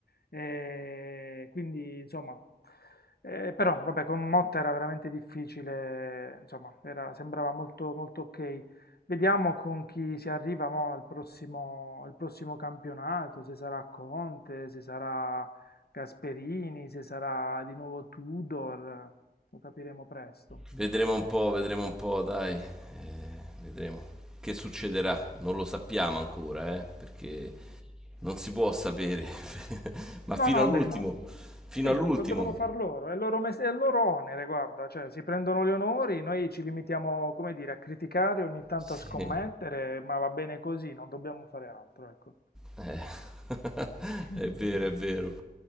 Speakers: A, on the left; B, in the centre.
A: e quindi, insomma, eh, però, vabbè, con Motta era veramente difficile, insomma, era- sembrava molto, molto ok. Vediamo con chi si arriva mo il prossimo, il prossimo campionato, se sarà Conte, se sarà Gasperini, se sarà di nuovo Tudor, lo capiremo presto.
B: Vedremo un po', vedremo un po', dai. Eh, vedremo che succederà. Non lo sappiamo ancora, eh, perché non si può sapere. <laughs> Ma fino
A: No, no,
B: all'ultimo,
A: va bene, ma...
B: fino
A: Sì,
B: all'ultimo.
A: lo devono far loro, è il loro, mes- è il loro onere, guarda, cioè si prendono gli onori, noi ci limitiamo, come dire, a criticare, ogni tanto
B: Sì.
A: a scommettere, ma va bene così, non dobbiamo fare altro, ecco.
B: Eh, <laughs>
A: <laughs>
B: è vero, è vero.